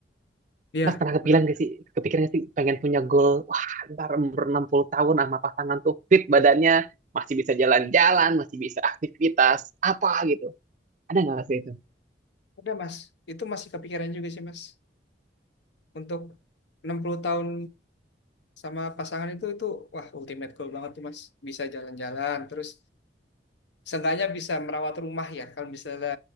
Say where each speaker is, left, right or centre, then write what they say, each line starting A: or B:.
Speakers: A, on the left; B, on the right.
A: iya,
B: Mas pernah kepikiran
A: benar.
B: gak sih, kepikiran gak sih pengen punya goal, wah ntar umur 60 tahun sama pasangan tuh fit badannya, masih bisa jalan-jalan, masih bisa aktivitas, apa gitu. Ada nggak sih itu?
A: Udah, Mas. Itu masih kepikiran juga sih, Mas. Untuk 60 tahun sama pasangan itu itu wah ultimate goal banget tuh, Mas. Bisa jalan-jalan terus seenggaknya bisa merawat rumah ya. Kalau misalnya